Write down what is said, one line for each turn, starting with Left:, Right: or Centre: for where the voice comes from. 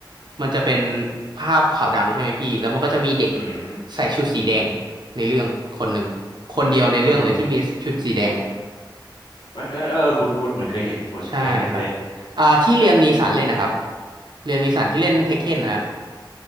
Right: มันจะเป็นภาพขาวดำใช่ไหมพี่แล้วมันก็จะมีเด็ก
Left: อืม
Right: ใส่ชุดสีแดงในเรื่องคนหนึ่งคนเดียวในเรื่องเลยที่มีชุดสีแดง
Left: อืมเออเออเออคุณคุณเหมือนเคยเห็นเหมือนเคยเห็นเลย
Right: ใช่ครับอ่าที่เลียมนีสันเล่นนะครับเลียมนีสันที่เล่นเทคเคนนะฮะ
Left: โอ้